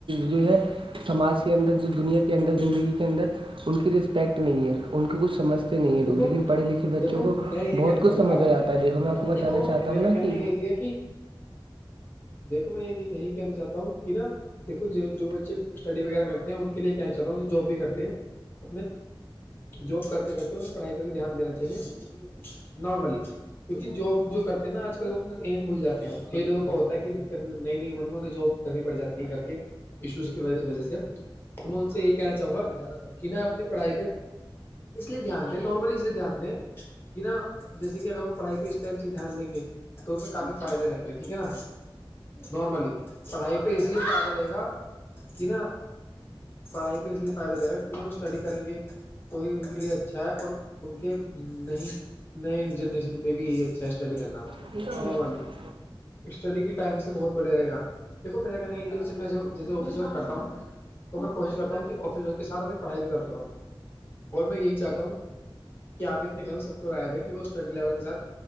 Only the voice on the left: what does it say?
دیکھو
دیکھو
میں یہ
کہنا چاہوں
گا
دیکھو
میرا
کہنا
یہی ہے کہ دیکھو میں ایک یہی کہنا چاہتا ہوں کہ نا دیکھو جو بچے اسٹڈی وغیرہ کرتے ہیں ان کے لیے کہنا چاہتا ہوں کہ جاب بھی کرتے ہیں اپنے جاب کرتے کرتے انہیں پڑھائی پہ بھی دھیان دینا چاہیے نارملی کیونکہ جاب جو کرتے ہیں نا آج کل وہ اپنا ایم بھول جاتے ہیں کییں لوگوں کا ہوتا ہے کہ نئی نئی عمر میں انہیں جاب کرنی پڑ جاتی ہے گھر کے ایشوز کی وجہ سے تو میں ان سے یہی کہنا چاہوں گا کہ نا اپنی پڑھائی پہ اس لیے دھیان دیں نارملی اس لیے دھیان دیں کہ نا جیسے کہ اگر وہ پڑھائی پہ اس ٹائم سے دھیان دیں گے تو پھر کافی فائدے رہیں گے ٹھیک ہے نا نارملی پڑھائی پہ اس لیے پا کرے گا کہ نا پڑھائی کو اس لیے فائدہ رہے گا کیونکہ جب وہ اسٹڈی کریں گے وہی ان کے لیے اچھا ہے اور ان کے نہیں نئے جنریشن پہ بھی یہی اچھا ہے اسٹڈی کرنا
نارملی اسٹڈی کے ٹائم سے بہت بڑھیا رہے گ دیکھو میرا کہنا یہ تھا میں جیسے آفس ورک کرتا ہوں تو میں کوشش کرتا ہوں کہ آفس ورک کے ساتھ میں پڑھائی بھی کرتا رہا ہوں اور میں یہی چاہتا ہوں کیا آپ بھی اپنے گھر میں سب کو رائے دے کہ وہ اسٹڈی لیول کے ساتھ